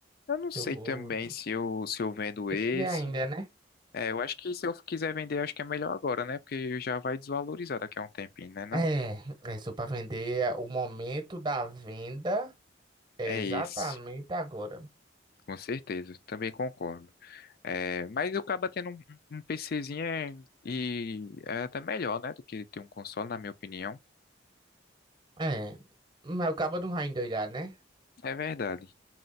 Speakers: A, on the left; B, on the right.
A: Eu não sei
B: se eu vou
A: também
B: ou não.
A: se eu, se eu vendo
B: Tem
A: esse.
B: que ver ainda, né?
A: É, eu acho que se eu quiser vender, acho que é melhor agora, né? Porque já vai desvalorizar daqui a um tempinho, né não?
B: É, é só pra vender é, o momento da venda é
A: É
B: exatamente
A: esse,
B: agora.
A: com certeza. Também concordo. É, mas eu acaba tendo um, um PCzinho é- e é até melhor, né? Do que ter um console, na minha opinião.
B: É, mas o cabo não vai endoidar, né?
A: É verdade.